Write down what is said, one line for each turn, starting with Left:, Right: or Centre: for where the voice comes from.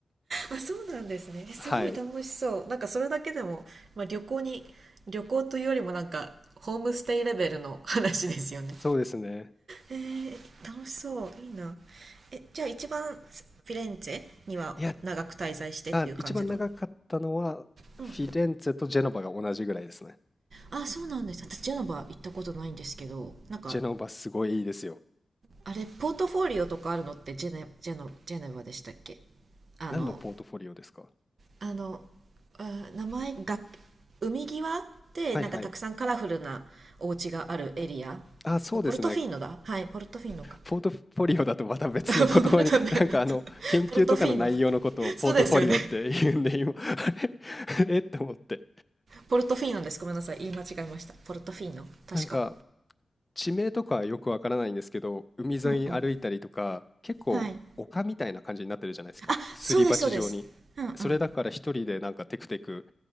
Right: あそうなんですねえすごい楽しそうなんかそれだけでも、
Left: はい、
Right: まあ、旅行に旅行というよりもなんかホームステイレベルの話ですよね
Left: そうですね。
Right: えー、楽しそういいなえじゃあ一番フィレンツェには長く滞在してっていう感じの
Left: いや、あ、一番長かったのは、
Right: うん
Left: フィレンツェとジェノバが同じぐらいですね。
Right: あそうなんです私ジェノバ行ったことないんですけどなんか
Left: ジェノバすごいいいですよ。
Right: あれポートフォリオとかあるのってジェネジェノジェネバでしたっけあの
Left: 何のポートフォリオですか
Right: あのあ名前が海際でなんかたくさんカラフルなお家があるエリア
Left: はいはい。あ、そうですね。
Right: おポルトフィーノだはいポルトフィーノか
Left: ポートフォリオだとまた別の言葉に、
Right: <laughs> ごめん <laughs> なさい
Left: <laughs> なんかあの、研究とかの内容のことをポートフォリオって言うんで、
Right: ポルトフィーノだそうですよね
Left: 今、あれ <laughs> えって思って。
Right: ポルトフィーノですごめんなさい言い間違えましたポルトフィーノ確か
Left: なんか、地名とかよくわからないんですけど、海沿いに歩いたりとか、
Right: うんうん
Left: 結構丘みたいな感じになってるじゃないですか。
Right: はいあそうですそうですうんうん
Left: すり鉢状に。それだから一人でなんかテクテク、